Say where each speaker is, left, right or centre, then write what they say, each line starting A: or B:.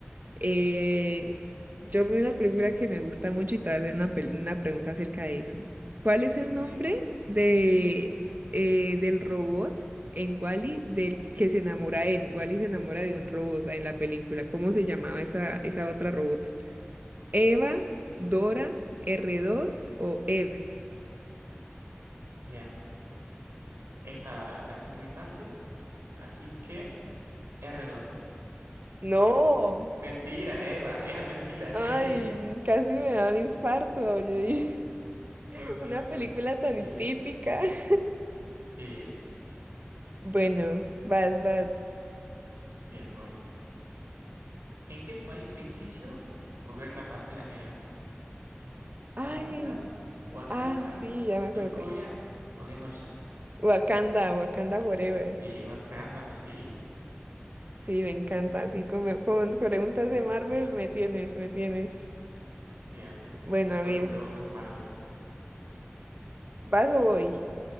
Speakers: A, on the right (about 45°); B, on the right (about 75°).
A: Eh, yo vi una película que me gusta mucho y te voy a hacer una, pel- una pregunta acerca de eso. ¿Cuál es el
B: Ok,
A: nombre
B: vamos.
A: de, eh, del robot en Wall-E del que se enamora él? Wall-E se enamora de un robot en la película. ¿Cómo se llamaba esa, esa otra robot? ¿Eva, Dora, r dos o Ev?
B: Bien. Esta la tengo muy fácil, así que R2.
A: No,
B: Mentira, Eva, era mentira.
A: ay,
B: <laughs>
A: casi me da un infarto. Yo dije,
B: No,
A: <laughs>
B: no,
A: una
B: era
A: película
B: mentira.
A: tan típica. <laughs>
B: Sí,
A: Bueno, vas, vas.
B: bien, voy. ¿En qué país ficticio gobierna Pantera Negra? ¿Zamunda,
A: Ay.
B: Wakanda,
A: Ah, sí, ya me
B: Sokovia
A: acordé.
B: o Genosha?
A: Wakanda, Wakanda Forever.
B: Sí, Wakanda, sí.
A: Sí, me encanta. Así como con preguntas de Marvel, me tienes, me tienes.
B: Bien,
A: Bueno, a
B: voy
A: ver,
B: con preguntas de Marvel.
A: ¿vas o voy?